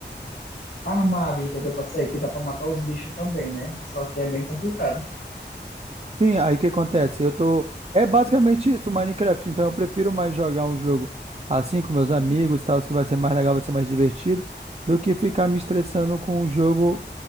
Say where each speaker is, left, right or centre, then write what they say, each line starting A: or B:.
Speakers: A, on the left; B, on the right.
A: armado, entendeu? Pra sair, que dá pra matar os bichos também, né? Só que é bem complicado.
B: Sim, aí o que acontece? Eu tô. É basicamente isso, Minecraft. Então eu prefiro mais jogar um jogo assim com meus amigos, tal, que vai ser mais legal, vai ser mais divertido, do que ficar me estressando com um jogo